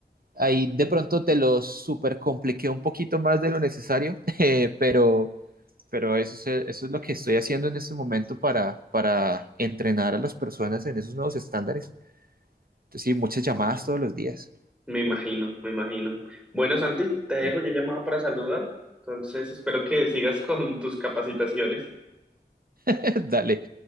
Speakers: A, on the right; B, in the centre.
A: ahí de pronto te lo super compliqué un poquito más de lo necesario, <laughs> eh, pero, Pero eso es, eso es lo que estoy haciendo en este momento para, para entrenar a las personas en esos nuevos estándares. Entonces, sí, muchas llamadas
B: Bueno,
A: todos los días.
B: me imagino, me imagino. Bueno, Santi, te dejo,
A: Sí.
B: yo llamaba para saludar. Entonces, espero que sigas con tus capacitaciones.
A: <laughs> Dale,